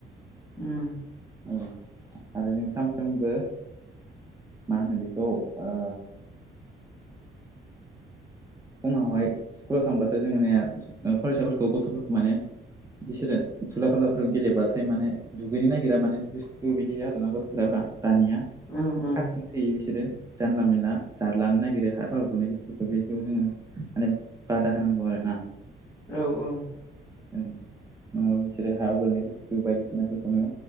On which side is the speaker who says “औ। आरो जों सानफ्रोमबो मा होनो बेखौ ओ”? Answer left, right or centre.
Right